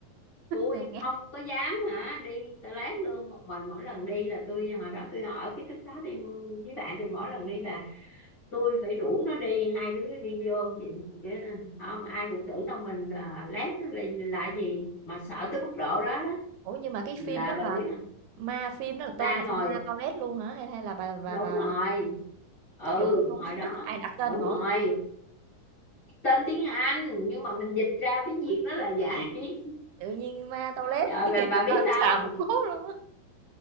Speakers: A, on the left; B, on the right.
A: tôi
B: Được nghe.
A: không có dám hả đi toilet luôn một mình mỗi lần đi là tôi hồi đó tôi ở ký túc xá tôi với bạn tôi mỗi lần đi là tôi phải rủ nó đi hai đứa đi vô vậy- chứ không ai cũng tưởng đâu mình à, lét á, là, là gì mà sợ tới mức độ đó đó
B: Ủa, nhưng mà cái
A: là
B: phim đó
A: bà
B: là
A: biết không
B: ma phim đó là
A: đang
B: tên là phim
A: ngồi
B: ma toilet luôn hả? Hay hay là bà bà
A: đúng
B: bà
A: rồi ừ
B: có vụ đó luôn
A: hồi
B: á?
A: đó
B: <laughs> Ai đặt tên
A: đúng
B: ngộ
A: rồi
B: vậy?
A: tên tiếng Anh nhưng mà mình dịch ra tiếng Việt nó là vậy <laughs>
B: Tự nhiên ma toilet,
A: trời
B: <laughs> nghe
A: bà,
B: cái
A: bà biết
B: tên
A: sao
B: nó xàm mà cố luôn á.